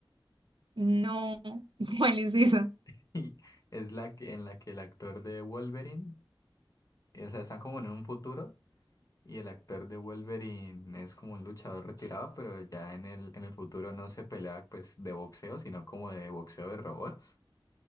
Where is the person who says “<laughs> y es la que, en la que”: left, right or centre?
Left